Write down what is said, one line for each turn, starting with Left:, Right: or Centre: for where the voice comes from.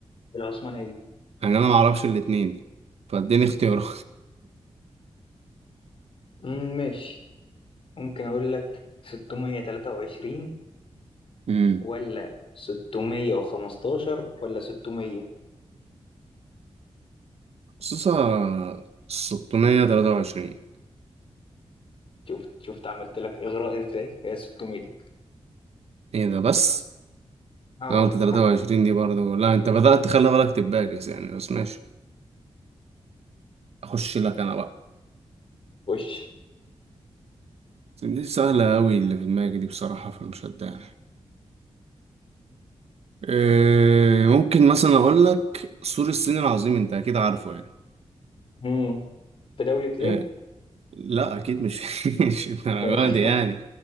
Left: العثمانية
Right: يعني انا ما اعرفش الاتنين فاديني اختيارات
Left: مم، ماشي ممكن أقول لك 623
Right: امم
Left: ولا 615 ولا 600
Right: خصوصا 623
Left: شفت شفت عملت لك إغراء إزاي؟ هي 600
Right: ايه ده بس
Left: اهو
Right: انا قلت 23 دي برضه لا انت بدأت تخلي بالك تباكس يعني بس ماشي اخش لك انا بقى
Left: وش
Right: دي سهلة قوي اللي في دماغي دي بصراحة فمش هتضايق إيه ممكن مثلا اقول لك سور الصين العظيم انت اكيد عارفه يعني
Left: مم. في دولة إيه؟
Right: إيه لا اكيد مش <laughs> مش الدرجة
Left: ماشي
Right: دي يعني